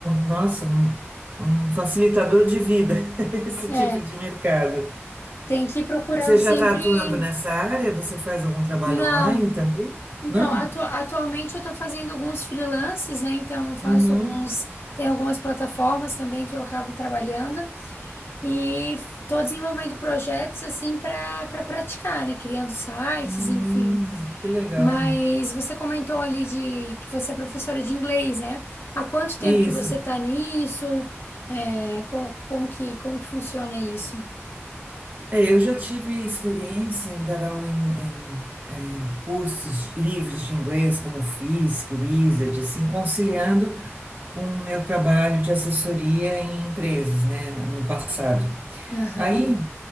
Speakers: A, on the right; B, on the left.
A: nossa, um, um facilitador de vida <laughs> esse
B: É,
A: tipo de mercado.
B: tem que ir procurando
A: Você
B: sempre.
A: já está atuando nessa área? Você faz algum trabalho
B: Não.
A: online também?
B: Então,
A: Não?
B: atu- atualmente eu estou fazendo alguns freelances, né? Então, eu faço
A: Uhum.
B: alguns. Tem algumas plataformas também que eu acabo trabalhando e estou desenvolvendo projetos assim para para praticar, né? Criando sites,
A: Hum,
B: enfim.
A: que legal.
B: Mas você comentou ali de que você é professora de inglês, né? Há quanto tempo
A: Isso.
B: que você está nisso? É, co- como, que como que funciona isso?
A: É, eu já tive experiência em dar aula em, em, é, cursos livres de inglês, como Fisk, Wizard, assim, conciliando com o meu trabalho de assessoria em empresas, né, no passado.
B: Aham.
A: Aí,